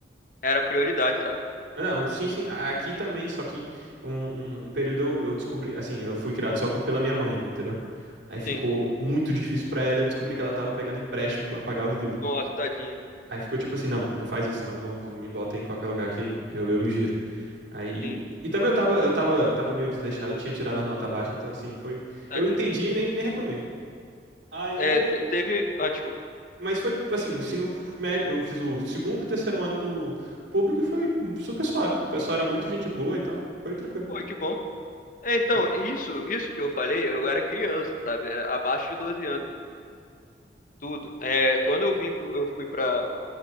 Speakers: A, on the left (about 50°); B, on the right (about 85°).
A: era prioridade, sabe?
B: não, sim, sim, a- aqui também, só que um, um- um período eu, eu descobri, assim, eu fui criado só com- pela minha mãe, entendeu? Aí ficou
A: Sim.
B: muito difícil pra ela, eu descobri que ela tava pegando empréstimo pra pagar o livro.
A: Nossa, tadinho.
B: Aí ficou tipo assim, não, não faz isso não, vamos, me bota em qualquer lugar aqui, eu, eu me giro. Aí,
A: Sim,
B: e também eu tava, eu tava, tava meio desleixado, eu tinha tirado a nota baixa, então assim, foi,
A: tadinho.
B: eu entendi e nem, nem reclamei. Aí,
A: É, te-
B: é,
A: teve. Ah, desculpa.
B: mas foi assim, o ensino médio, eu fiz o segundo e terceiro ano no público e foi super suave. O pessoal era muito gente boa e tal, foi tranquilo.
A: Pô, que bom. É, então,
B: E-
A: isso, isso que eu falei, eu era criança, sabe? É, Abaixo de 12 anos, tudo. É, quando eu vim pro, eu fui pra.